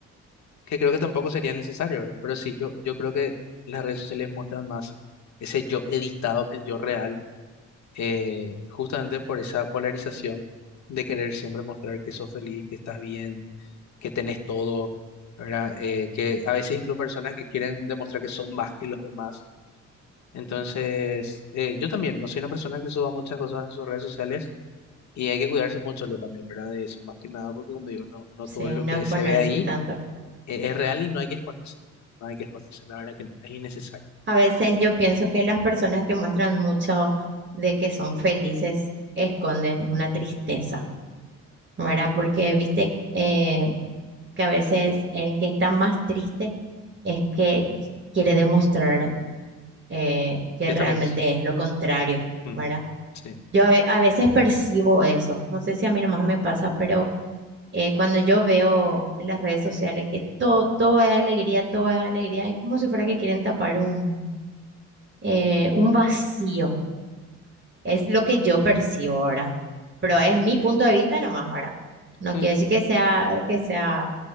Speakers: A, on the left; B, on the right.
A: que creo que tampoco sería necesario, ¿verdad? Pero sí, yo, yo creo que las redes sociales muestran más ese yo editado que el yo real eh, justamente por esa polarización de querer siempre mostrar que sos feliz, que estás bien, que tenés todo, ¿verdad? Eh, que a veces incluso personas que quieren demostrar que son más que los demás. Entonces, eh, yo también no soy una persona que suba muchas cosas en sus redes sociales y hay que cuidarse mucho lo también, ¿verdad? De eso, más que nada, porque como digo, no, no
B: sí,
A: todo lo
B: no
A: que
B: es ponerse
A: se ve ahí
B: tanto.
A: eh, es real y no hay que exponerse. No hay que exponerse, la verdad que es innecesario.
B: A veces yo pienso que las personas que muestran mucho de que son felices esconden una tristeza, ¿verdad? Porque viste eh, que a veces el que está más triste es que quiere demostrar eh, que
A: Que
B: realmente
A: estás feliz.
B: es lo contrario,
A: Ujú,
B: ¿verdad?
A: Sí.
B: Yo a, ve- a veces percibo eso, no sé si a mí nomás me pasa, pero eh, cuando yo veo en las redes sociales que todo, todo es alegría, todo es alegría, es como si fuera que quieren tapar un eh, un vacío. Es lo que yo percibo ahora. Pero es mi punto de vista nomás ahora. No
A: Em,
B: quiere decir que sea, que sea